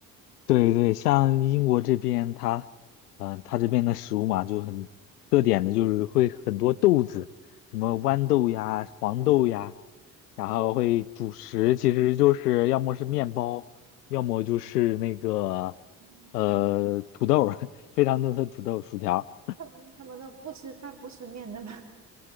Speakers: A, on the left (about 75°); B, on the right (about 35°).
A: 对对，像英国这边它，嗯、它这边的食物嘛，就很特点的，就是会很多豆子，什么豌豆呀、
B: 哦，
A: 黄豆呀，然后会主食，
B: 嗯
A: 其实就是要么是面包，要么就是那个
B: 嗯。
A: 呃土豆儿 <laughs> 非常多的土豆、薯条。
B: 他们他们都不吃饭不吃面的吗？